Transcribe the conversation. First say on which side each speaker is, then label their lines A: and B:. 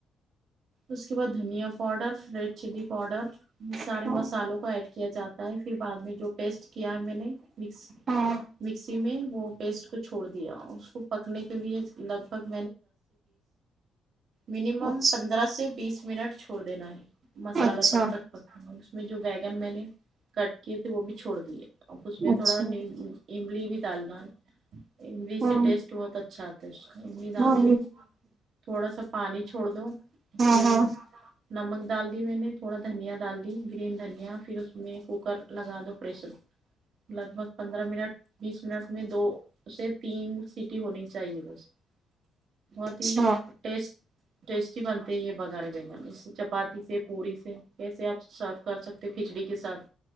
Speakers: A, on the right; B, on the right.
A: اس کے بعد دھنیا پاؤڈر ریڈ چلی پاؤڈر یہ سارے
B: اچھا
A: مسالوں کو ایڈ کیا جاتا ہے پھر بعد میں جو پیسٹ کیا ہے میں نے مس
B: ہاں
A: مکسی میں وہ پیسٹ کو چھوڑ دیا اس کو پکنے کے لیے لگ بھگ منیمم
B: اچھا
A: پندرہ سے بیس منٹ چھوڑ دینا ہے مسالہ
B: اچھا
A: تب تک اس میں جو بیگن میں نے کت کیئے تھے وہ بھی چھوڑ دیئے اب اس میں
B: اچھا
A: تھوڑا نیمبو ایملی بھی ڈالنا ہے املی
B: ہاں
A: سے ٹیسٹ بہت اچھا آتا ہے اس کا املی ڈال
B: ہاں
A: دیے تھوڑا سا پانی چھوڑ دو
B: ہاں
A: پھر
B: ہاں
A: نمک ڈال دی میں نے تھوڑا دھنیا ڈال دی گرین دھنیا پھر اس میں کوکر لگا دو پریسر لگ بھگ پندرہ منٹ بیس منٹ میں دو سے تین سیٹی ہونی چاہیے بس بہت
B: اچھا
A: ہی ٹیسٹ ٹیسٹی بنتے ہیں یہ بگارے بیگنے چپاتی سے پوری سے جیسے آپ سرو کر سکتے تھے کھچڑی کے ساتھ